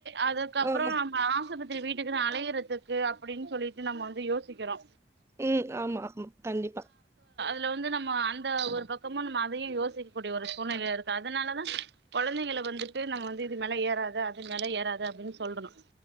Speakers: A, on the right; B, on the right.
A: அதுக்கப்புறம்
B: ஆமா
A: நம்ம அசுப த்திரி வீட்டுக்குன்னு அலையறதுக்கு அப்படின்னு சொல்லிட்டு நம்ம வந்து யோசிக்கிறோ
B: உம் ஆமா ஆமா கண்டிப்பா
A: இதுல வந்து நம்ம அந்த ஒரு பக்கமும் நம்ம அதையும் யோசிக்கக்கூடிய ஒரு சூநிலை இருக்கு அதனாலதா குழந்தைங்கல வந்துட்டு நம்ம வந்து இது மேல ஏறாத அது மேல ஏறாது அப்படின்னு சொல்லணு